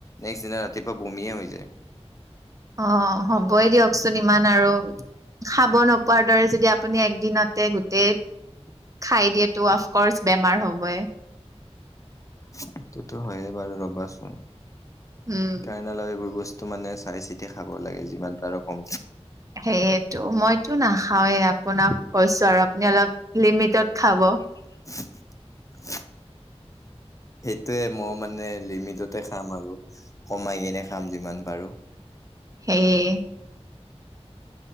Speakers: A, on the left (about 30°); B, on the right (about 30°).
A: নেক্সট দিনা ৰাতিপুৱা বমিয়ে হৈ যায়।
B: অ হ'বই দিয়কচোন ইমান আৰু খাব- পোৱাৰ দৰে যদি আপুনি একদিনতে গোটেই খাই দিয়েটো অফকচ বেমাৰ হ'বই।
A: সেইটোতো হয়ে বাৰু ৰবাচোন,
B: উম
A: কাইনা লাগ এইবোৰ বস্তু- টো মানে চাই চিতি খাব লাগে যিমান পাৰ কম।
B: সেইয়েতো, মইতো নাখাওৱেই আপোনাক কৈছোঁ আৰু আপুনি- অলপ লিমিটত খাব।
A: <unintelligible> সেইটোয়ে মই মানে লিমিটতে খাম আৰু। কমাই কিনে খাম যিমান পাৰোঁ।
B: সেইয়ে।